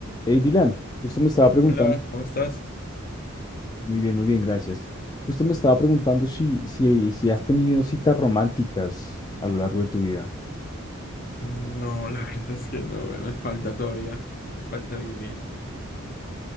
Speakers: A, on the left; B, on the left.
A: Hey, Dylan, justo me estaba preguntando,
B: Hola, ¿cómo estás?
A: muy bien, muy bien, gracias. Justo me estaba preguntando si, si, si has tenido citas románticas a lo largo de tu vida.
B: No, la verdad es que no, eh, me falta todavía, me falta vivir.